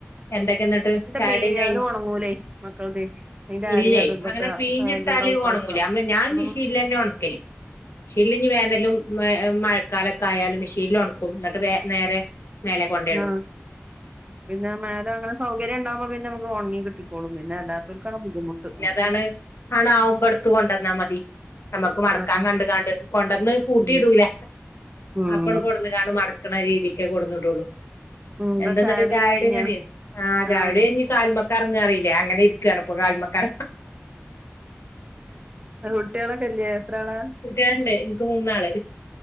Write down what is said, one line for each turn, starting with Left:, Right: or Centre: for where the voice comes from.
Left: എന്തൊക്കെ എന്നിട്ട് ചായൊടിക്കെ
Right: പീഞ്ഞാലും
Left: കഴിഞ്ഞ
Right: ഉണങ്ങൂലേ മക്കളതെ അതിന്റെ അരി
Left: ഇല്ലെ
Right: അതും ഇതൊക്കെ
Left: അങ്ങനെ പീഴിഞ്ഞ്
Right: പാന്റും
Left: ട്ടാല്
Right: ട്രൗസറും
Left: ഒണങ്ങൂലേ
Right: ഒക്കെ
Left: <unintelligible> ഞാൻ
Right: ഉം
Left: മിഷീലന്നെ ഒണക്കല് മിഷീലിഞ്ഞ് വേനലും മഴ മഴക്കാലൊക്കെ ആയാലും മെഷീൻല് ഒണ്ക്കും ന്നിട്ട് വേ നേരെ മേലെ കൊണ്ടെടും
Right: ആഹ് പിന്നെ മേലെ അങ്ങനെ സൗകര്യ ഇണ്ടാവുമ്പ പിന്നെ നമക്ക് ഒണങ്ങി കിട്ടിക്കോളും പിന്നെ അല്ലാത്തോൽ ക്കാണ് ബുദ്ധിമുട്ട് ആഹ്
Left: താണ്. ആണ് ആവുമ്പെടുത്ത് കൊണ്ടന്നാ മതി. നമക്ക്
Right: ഉം ഉം
Left: മടക്കാൻ
Right: മതി.
Left: കണ്ട്ക്കാണ്ട് കൊണ്ടന്ന് കൂട്ടി
Right: ഉം
Left: ഇടൂല.
Right: ഉം
Left: അപ്പണ് കൊണ്ടന്ന്ക്കാണ് മടക്കണ രീതിക്കെ കൊണ്ട്ന്നീടൂളൂ.
Right: എന്താ
Left: എന്തന്നടെ
Right: ചായകുടിയൊക്കെ
Left: <unintelligible>
Right: കഴിഞ്ഞോ
Left: ആ ചായയൂടിഴിഞ്ഞ്
Right: ആഹ്
Left: കാലുമെ <unintelligible> അങ്ങനെ ഇര് രിക്കയാണ്. ഇപ്പ കാല്മക്ക
Right: കുട്ടികളൊക്കെല്ലേ എത്ര ആളാ
Left: കുട്ടിയാളുണ്ടെ. ക്ക് മൂന്നാള്